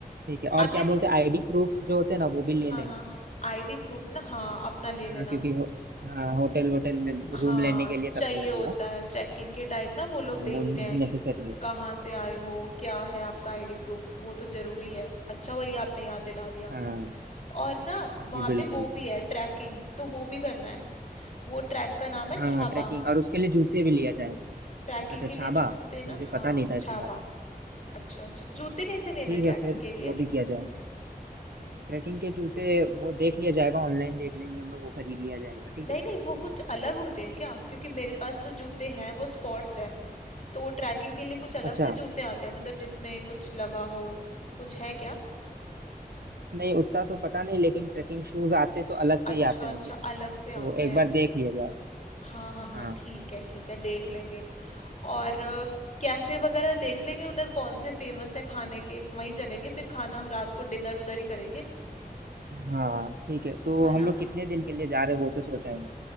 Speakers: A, on the right; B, on the left.
A: ठीक है और
B: आपने
A: क्या बोलते हैं आईडी प्रूफ जो होते हैं ना वो भी ले
B: हाँ
A: लेंगे
B: हाँ आईडी प्रूफ ना हाँ अपना ले
A: हाँ
B: लेना
A: क्योंकि हो, हाँ होटल वोटल में
B: हाँ
A: रूम लेने के लिए सबको
B: चाहिए
A: लगेगा
B: होता है चेक इन के टाइम ना वो लोग
A: हाँ
B: देखते
A: वो नेसेसरी
B: हैं कि
A: है
B: कहाँ से आए हो क्या है आपका आईडी प्रूफ वो तो जरूरी है अच्छा हुआ ये आपने याद दिला दिया
A: हाँ
B: और ना वहाँ
A: जी बिल्कुल
B: पे वो भी है ट्रैकिंग तो वो भी करना है वो ट्रैक का नाम है
A: हाँ
B: छाबा
A: ट्रैकिंग और उसके लिए जूते भी लिया जाएगा
B: ट्रैकिंग
A: अच्छा छाबा
B: के लिए जूते
A: मुझे
B: ना हाँ
A: पता नहीं था
B: छाबा
A: इसके बारे में
B: अच्छा अच्छा जूते कैसे लेने
A: ठीक है
B: ट्रैकिंग
A: फिर
B: के लिए
A: वो भी किया जाएगा ट्रैकिंग के जूते वो देख लिया जाएगा ऑनलाइन देख लेंगे हम लोग वो खरीद लिया जाएगा ठीक
B: नहीं
A: है
B: नहीं वो कुछ अलग होते हैं क्या क्योंकि मेरे पास तो जूते हैं वो स्पॉट्स है तो ट्रैकिंग के लिए कुछ अलग
A: अच्छा
B: से जूते आते हैं मतलब जिसमें कुछ लगा हो कुछ है क्या
A: नहीं उतना तो पता नहीं लेकिन ट्रैकिंग शूज आते तो अलग से
B: अच्छा
A: ही आते होंगे
B: अच्छा अलग
A: तो
B: से आते
A: एक
B: हैं
A: बार देख लिया जाएगा
B: हाँ हाँ हाँ
A: हाँ
B: ठीक है ठीक है देख लेंगे और कैफे वगैरह देख लेंगे उधर कौन से फेमस है खाने के वहीं चलेंगे फिर खाना रात को डिनर उधर ही करेंगे
A: हाँ ठीक है तो
B: है
A: हम
B: ना
A: लोग कितने दिन के लिए जा रहे हैं वो तो सोचा ही नहीं